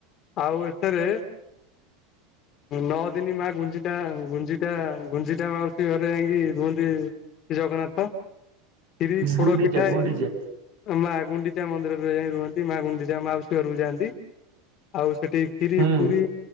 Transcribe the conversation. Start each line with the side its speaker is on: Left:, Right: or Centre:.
Left: ଆଉ ଏଥେରେ ନଅ ଦିନି ମା ଗୁଞ୍ଜିଟା ଗୁଞ୍ଜିଟା ଗୁଞ୍ଜିଟା ମାଉସୀ ଘରେ ଯାଇକି ରୁହନ୍ତି। ଶ୍ରୀ ଜଗନ୍ନାଥ କ୍ଷୀରି,
Right: ଗୁଣ୍ଡିଚା
Left: ପୋଡ ପିଠା
Right: ଗୁଣ୍ଡିଚା।
Left: ଏଇ ମା ଗୁଣ୍ଡିଚା ମନ୍ଦିରରେ ଯାଇ ରୁହନ୍ତି ମା ଗୁଣ୍ଡିଚା ମାଉସୀ ଘରକୁ ଯାଆନ୍ତି ଆଉ ସେଠି ଖିରି,
Right: ହୁଁ
Left: ପୁରୀ,